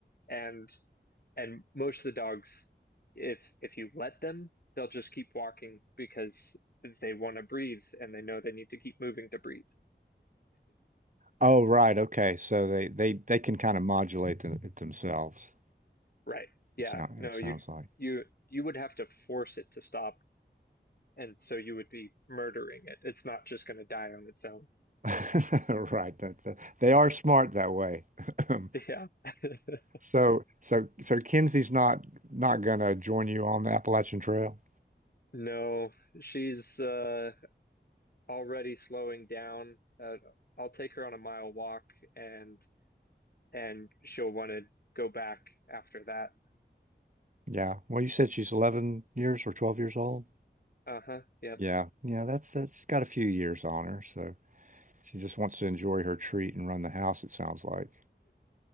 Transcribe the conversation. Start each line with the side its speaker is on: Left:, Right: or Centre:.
Left: And and most of the dogs, if if you let them, they'll just keep walking because they want to breathe and they know they need to keep moving to breathe.
Right: oh right, okay. So they they they can kind of modulate them, it themselves.
Left: Right. Yeah.
Right: It sound,
Left: No,
Right: it sounds
Left: you
Right: like.
Left: you you would have to force it to stop, and so you would be murdering it. It's not just going to die on its own.
Right: <laughs> Right. That, that- they
Left: <laughs>
Right: are smart that way. <laughs> <clears throat>
Left: Yeah. <laughs>
Right: So so so Kinsey's not not gonna join you on the Appalachian Trail.
Left: No, she's uh already slowing down. Uh, I'll take her on a mile walk and and she'll want to go back after that.
Right: Yeah. Well, you said she's 11 years or 12 years old.
Left: Uh-huh. Yep.
Right: Yeah.
Left: <laughs>
Right: Yeah, that's that's got a few years on her, so she just wants to enjoy her treat and run the house, it sounds like.